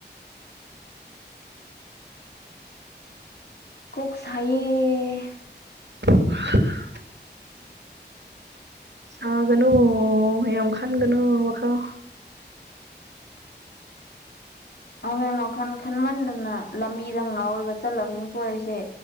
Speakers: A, on the left; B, on the right.
A: ꯀꯣꯛ ꯁꯥꯏꯌꯦ
B: <inaudible> ꯁꯥꯒꯅꯨ ꯌꯥꯝ ꯈꯟꯒꯅꯨ ꯋꯥꯈꯜ
A: ꯑꯥꯎꯍꯦ ꯋꯥꯈꯟ ꯈꯟꯃꯟꯗꯅ ꯂꯝꯕꯤꯗ ꯉꯥꯎꯔꯒ ꯆꯠꯂꯝꯅꯤꯀꯣ ꯑꯩꯁꯦ